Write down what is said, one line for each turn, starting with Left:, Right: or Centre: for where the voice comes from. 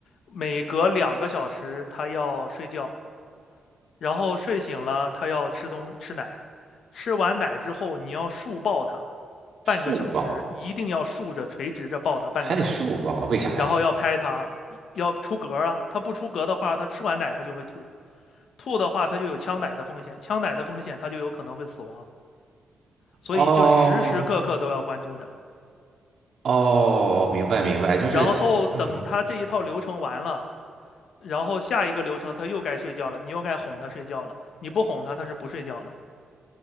Left: 每隔两个小时他要睡觉，然后睡醒了，他要吃东吃奶，吃完奶之后你要竖抱他，
Right: 竖抱，
Left: 半个小时，一定要竖着垂直着抱他半个小时，
Right: 还得竖抱，为啥呀？
Left: 然后要拍他，要出嗝啊，他不出嗝的话，他吃完奶他就会吐，吐的话他就有呛奶的风险，呛奶的风险他就有可能会死亡，所以就时时刻刻都要关注着。
Right: 哦哦，明白明白，就是嗯，
Left: 然后等他这一套流程完了，然后下一个流程他又该睡觉了，你又该哄他睡觉了，你不哄他他是不睡觉的。